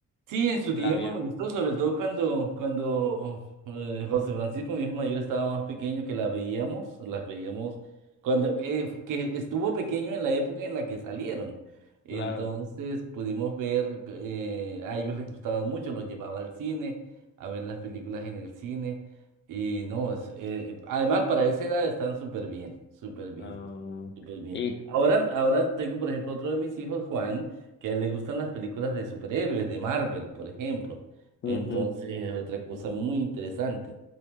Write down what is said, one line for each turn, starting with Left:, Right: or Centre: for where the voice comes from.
Right: Sí, en su tiempo
Left: ¿La vio?
Right: me gustó, sobre todo cuando, cuando eh, José Francisco, mi hijo mayor, estaba más pequeño, que las veíamos, las veíamos cuando eh, que estuvo pequeño en la época en la que salieron. Entonces
Left: Claro.
Right: pudimos ver, eh, a ellos les gustaban mucho, los llevaba al cine, a ver las películas en el cine. Y no, es, eh, además para esa edad están súper bien, súper bien.
Left: Ah,
Right: Y Pues bien.
Left: y,
Right: Ahora, ahora tengo, por ejemplo, otro de mis hijos, Juan, que a él le gustan las películas de superhéroes, de Marvel, por ejemplo.
Left: ujú,
Right: Entonces, es otra cosa
Left: ujú.
Right: muy interesante.